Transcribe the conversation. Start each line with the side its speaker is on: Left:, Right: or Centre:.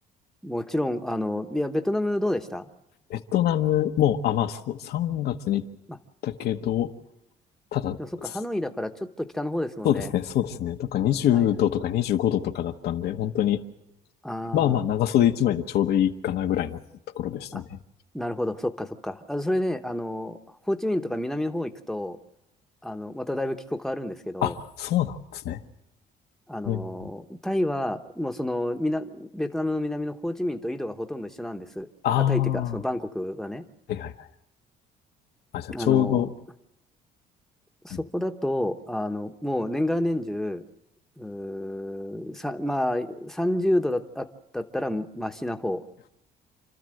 Centre: もちろん、あの、いや、ベトナムどうでした
Left: ベトナムも、あ、まあそう、3月に行っ
Centre: あ、
Left: たけど、ただ、
Centre: でもそっか、
Left: す
Centre: ハノイだからちょっと北の方ですもんね。
Left: そうですね、そうですね。だから20度とか25度とかだったんで、
Centre: はいはい。
Left: 本当に、
Centre: あ
Left: まあまあ長袖1枚でちょうどいいかなぐらいのところでしたね。
Centre: あ、あ、なるほど、そっかそっか。あ、それね、あの、ホーチミンとか南の方行くと、あの、まただいぶ気候変わるんですけど、
Left: あ、そうなんですね。
Centre: あの、
Left: うん、
Centre: タイは、もうその、みな、ベトナムの南のホーチミンと緯度がほとんど一緒なんです。
Left: ああ、
Centre: あ、タイっていうか、そのバンコクはね。
Left: はいはいはい。あ、じゃあちょうど、
Centre: あの、そこだと、
Left: はい
Centre: あの、もう年がら年中、うーさ、まあ、30度だ、あだったらマシな方。